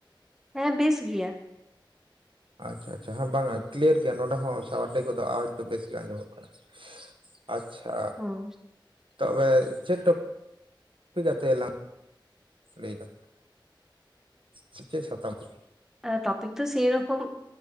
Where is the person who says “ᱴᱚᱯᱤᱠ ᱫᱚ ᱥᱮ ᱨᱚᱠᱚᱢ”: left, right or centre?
Centre